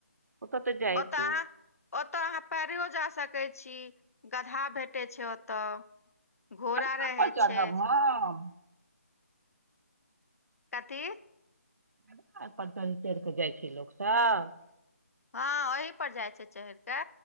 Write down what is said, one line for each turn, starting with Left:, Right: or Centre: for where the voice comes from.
Right: ओतऽ तऽ जाइत
Left: ओतऽ अहाँ, ओतऽ अहाँ पैरेओ जा सकै छी गदहा भेटै छै ओतऽ। घोड़ा
Right: गदहा
Left: रहै
Right: पर चढ़ब
Left: छै।
Right: हम
Left: कथी?
Right: वेएह पर चढ़ि - चढ़ि कऽ जाइ छै लोक सब।
Left: हँ ओही पर जाय छै चहैर के